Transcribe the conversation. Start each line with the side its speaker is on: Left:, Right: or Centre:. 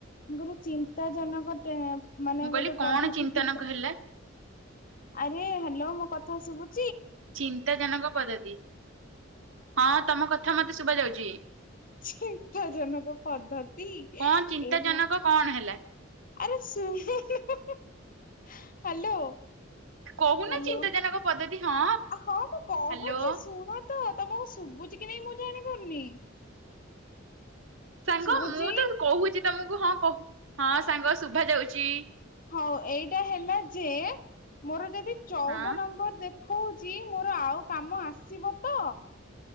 Left: ଗୁରେ ଚିନ୍ତା ଜନକ ଟେ ମାନେ
Right: ମୁଁ କହିଲି
Left: ଗୋଟେ
Right: କଣ
Left: ପଦ୍ଧତି
Right: ଚିନ୍ତନକ
Left: ହୁଁ ହୁଁ
Right: ହେଲା
Left: ଆରେ ହାଲୋ ମୋ କଥା ସବୁ
Right: ଚିନ୍ତାଜନକ ପଦ୍ଧତି ହଁ ତମ କଥା ମତେ ଶୁଭା ଯାଉଚି।
Left: ଚିନ୍ତାଜନକ ପଦ୍ଧତି
Right: କଣ ଚିନ୍ତାଜନକ
Left: ଏ ମ
Right: କଣ ହେଲା?
Left: ଆରେ ଶୁଣୁ ହୁଁ ହୁଁ ନ ହାଲୋ
Right: କହୁନ
Left: ହାଲୋ
Right: ଚିନ୍ତାଜନକ ପଦ୍ଧତି ହଁ
Left: ହଁ ମୁଁ କହୁଚି
Right: ହାଲୋ।
Left: ଶୁଣ ତ ତମକୁ ଶୁଭୁଚି କି ନାଇଁ ମୁଁ ଜାଣିପାରୁନି।
Right: ସାଙ୍ଗ
Left: ଶୁଭୁଛି
Right: ମୁଁ ତ କହୁଚି ତମକୁ ହଁ କହୁ ହଁ ସାଙ୍ଗ ଶୁଭା ଯାଉଚି।
Left: ହଉ ଏଇଟା ହେଲା ଯେ ମୋର ଯଦି ଚଉଦ
Right: ହଁ
Left: ନମ୍ବର ଦେଖ ଖୋଉଚି ମୋର ଆଉ କାମ ଆସିବ ତ